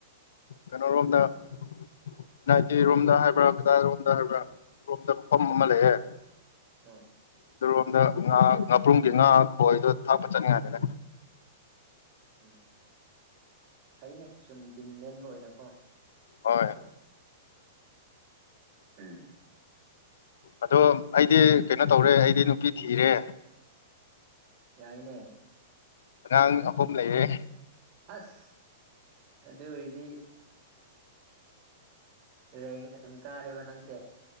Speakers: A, on the left (about 70°); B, on the right (about 40°).
A: ꯀꯩꯅꯣ ꯔꯣꯝꯗ ꯑꯦꯟ ꯑꯥꯏꯇꯤ ꯔꯣꯝꯗ ꯍꯥꯏꯕ꯭ꯔꯥ ꯀꯗꯥꯏꯔꯣꯝꯗ ꯍꯥꯏꯕ꯭ꯔꯥ ꯔꯣꯝꯗ ꯃꯐꯝ ꯑꯃ ꯂꯩꯑꯦ
B: ꯑꯣ
A: ꯑꯗꯨꯔꯣꯝꯗ ꯉꯥ ꯉꯥꯄ꯭ꯔꯨꯝꯒꯤ ꯉꯥ ꯈꯣꯏꯗꯣ ꯊꯥꯛꯄ ꯆꯠꯅꯤꯡꯉꯥꯏꯅꯤꯗ
B: ꯎꯝ ꯐꯩꯅꯦ ꯁꯨꯝ ꯗꯤꯟ ꯂꯦꯟꯕ ꯑꯣꯏꯅꯀꯣ
A: ꯍꯣꯏ
B: ꯎꯝ
A: ꯑꯗꯣ ꯑꯩꯗꯤ ꯀꯩꯅꯣ ꯇꯧꯔꯦ ꯑꯩꯗꯤ ꯅꯨꯄꯤ ꯊꯤꯔꯦ
B: ꯌꯥꯏꯅꯦ
A: ꯑꯉꯥꯡ ꯑꯍꯨꯝ ꯂꯩꯌꯦ
B: ꯑꯁ ꯑꯗꯨ ꯑꯣꯏꯔꯗꯤ ꯔꯦꯡ ꯑꯗꯨꯝ ꯀꯥꯔꯦꯕ ꯅꯪꯁꯦ